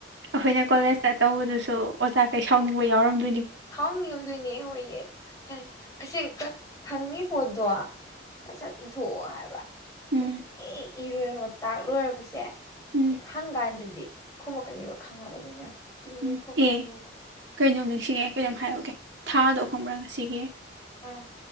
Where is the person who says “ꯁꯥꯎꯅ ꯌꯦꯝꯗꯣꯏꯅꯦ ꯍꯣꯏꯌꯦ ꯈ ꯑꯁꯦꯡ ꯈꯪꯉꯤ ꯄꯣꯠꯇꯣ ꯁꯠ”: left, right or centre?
Left